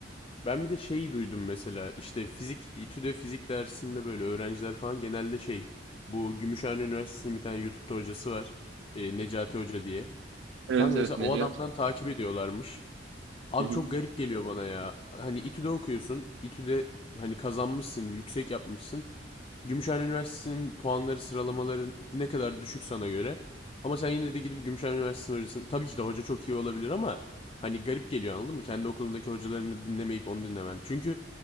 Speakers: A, on the left; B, on the right.
A: ben bir de şeyi duydum mesela işte fizik İTÜ'de fizik dersinde böyle öğrenciler falan genelde şey bu Gümüşhane Üniversitesi'nin bir tane YouTube'da hocası var. E, Necati Hoca diye.
B: Evet
A: Kanka
B: evet
A: mesela o
B: Necat.
A: adamdan takip ediyorlarmış. Abi
B: Hı hı.
A: çok garip geliyor bana ya. Hani İTÜ'de okuyorsun. İTÜ'de hani kazanmışsın, yüksek yapmışsın. Gümüşhane Üniversitesi'nin puanları, sıralamaları ne kadar düşük sana göre. Ama sen yine de gidip Gümüşhane Üniversitesi'nin hocasını... Tabii ki de hoca çok iyi olabilir ama hani garip geliyor anladın mı? Kendi okulundaki hocalarını dinlemeyip onu dinlemen. Çünkü